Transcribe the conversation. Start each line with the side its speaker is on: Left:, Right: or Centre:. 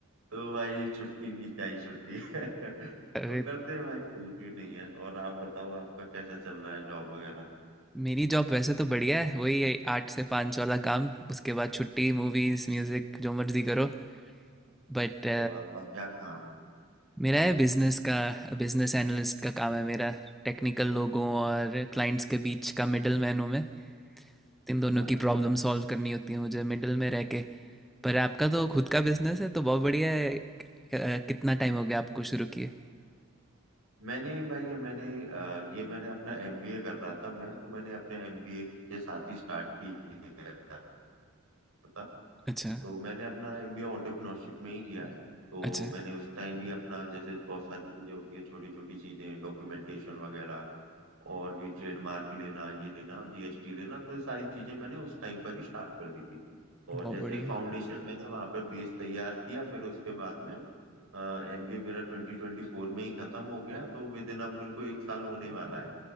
Right: तो भाई छुट्टी भी क्या ही छुट्टी है <laughs>
Centre: अरे
Right: तो करते हैं भाई कोई इश्यू नहीं है और आप बताओ आपका कैसा चल रहा है जॉब वगैरह
Centre: मेरी जॉब वैसे तो बढ़िया है वही है, आठ से पाँच वाला काम उसके बाद छुट्टी मूवीज म्यूजिक जो मर्जी करो बट
Right: तो आपका क्या काम है
Centre: मेरा है बिजनेस का बिजनेस एनालिस्ट का काम है मेरा टेक्निकल लोगों और क्लाइंट्स के बीच का मिडल मैन हूँ मैं इन
Right: अच्छा
Centre: दोनों की प्रॉब्लम सॉल्व करनी होती है मुझे मिडिल में रह के पर आपका तो
Right: अच्छा
Centre: खुद का बिजनेस है तो बहुत बढ़िया है अ, कितना टाइम हो गया आपको शुरू किए
Right: मैंने भाई ये मैंने अ, ये मैंने अपना एमबीए कर रहा था मैं तो मैंने अपने एमबीए के साथ ही स्टार्ट किया था
Centre: अच्छा
Right: तो मैंने अपना एमबीए एंटरप्रेन्योरशिप में ही किया है तो
Centre: अच्छा
Right: मैंने उस टाइम ही अपना जैसे बहुत सारी चीजें होती हैं छोटी छोटी चीजें डॉक्यूमेंटेशन वगैरह और भी ट्रेडमार्क लेना ये लेना जीएसटी लेना तो ये सारी चीजें मैंने उस टाइम पर ही स्टार्ट कर दी थी और
Centre: बहुत
Right: जैसे
Centre: बढ़िया
Right: एक फाउंडेशन मैंने वहां पर बेस तैयार किया फिर उसके बाद में एमबीए मेरा 2024 में ही खत्म हो गया तो विद इन अब मेरे को एक साल होने वाला है